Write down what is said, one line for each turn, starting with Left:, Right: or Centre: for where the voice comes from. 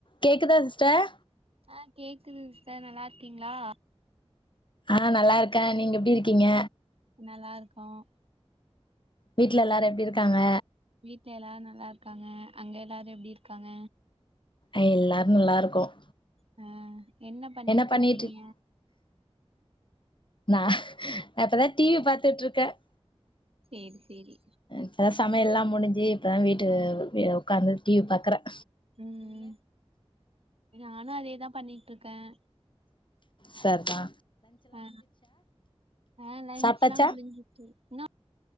Left: கேக்குதா சிஸ்டர்
Right: ஆ கேக்குது சிஸ்டர் நல்லா இருக்கீங்ளா
Left: ஆ நல்லா இருக்கன் நீங்க எப்டி இருக்கீங்க
Right: நல்லாருக்கோம்
Left: வீட்ல எல்லாரும் எப்டி இருக்காங்க
Right: வீட்ல எல்லாரும் நல்லா இருக்காங்க அங்க எல்லாரும் எப்டி இருக்காங்க
Left: எல்லாரும் நல்லா இருக்கோம்
Right: ஆ பண்ணிட்டு
Left: என்ன பண்ணிட்ரிக்
Right: இருக்கீங்க
Left: நா நா இப்பதான் டி வி பாத்துட்டு இருக்கன்
Right: சேரி சேரி
Left: இப்பதான் சமையல்லா முடிஞ்சு இப்பதான் வீட்டு
Right: ஆ
Left: உட்காந்து டி வி பாக்குறேன்
Right: ம் நானும் அதேதான் பண்ணிட்டு இருக்கேன்
Left: சர்தா
Right: ஆ ஆ லன்ச்லா
Left: சாப்ட்டாச்சா
Right: முடிஞ்சிருச்சி னோ